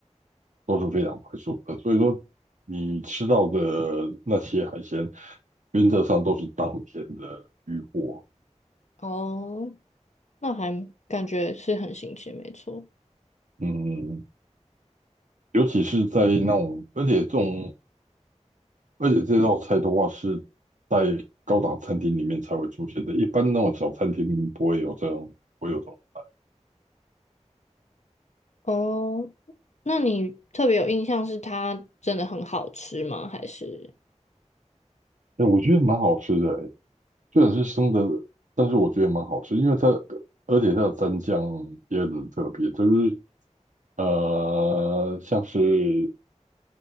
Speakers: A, on the right; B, on the left.
A: 都是非常快速的。所以说，你吃到的那些海鲜，原则上都是当天的渔获。
B: 哦，那还感觉是很新鲜，没错。
A: 嗯，尤其是在那种，而且这种，而且这道菜的话是在高档餐厅里面才会出现的，一般那种小餐厅不会有这种，不会有这种菜。
B: 哦，那你特别有印象是它真的很好吃吗？还是
A: 哎，我觉得蛮好吃的，虽然是生的，但是我觉得蛮好吃，因为它而且它的蘸酱也很特别，就是呃像是